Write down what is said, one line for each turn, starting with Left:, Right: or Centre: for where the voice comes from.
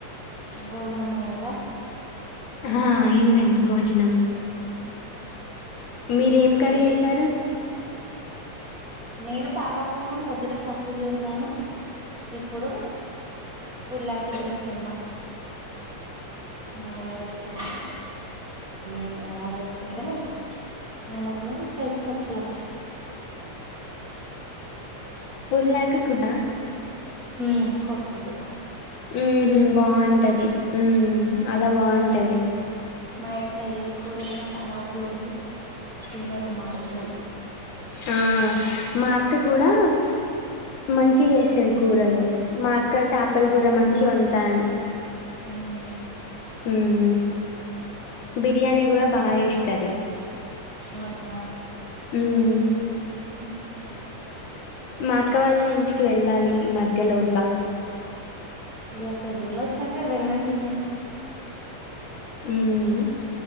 Right: భోజనమయంద
Left: ఆ ఇందండి భోజనం మీరేం కర్రీ
Right: ఏ
Left: చేసారు
Right: నేను పాప కోసం పొద్దుట తప్పు చేసాను ఇప్పుడు ఉలిక్కు చూస్తుమా మా వారు వచ్చంటడి హ నా వచ్చిండే ఆయనకు తెసుకొచ్చారు
Left: ఉలిక్కు కూర
Right: హ కోడి గుద్దు
Left: ఉ బాగుంటది ఉ అలా బాగుంటది
Right: మా ఇంట్లో ఏ కూర అైనా టమాటలు లంది తినరు మాటవరు
Left: ఆ మా అత్త కూడా మంచి చేస్తుది కూరలు మా అక్క చేపల కూర మంచి వంటాని
Right: ఉమ్
Left: హ్మ్ బరియనిీ కూడా సరే
Right: ఆ హ
Left: హ్మ్
Right: ఉ
Left: మా అక్కవాళ్ళు ఇంటికి వెళ్ళాలి ఈ మధ్య లోయగా
Right: ఇక సలవులు వచ్చాక వెళ్ళండి ఇక
Left: హ్మ్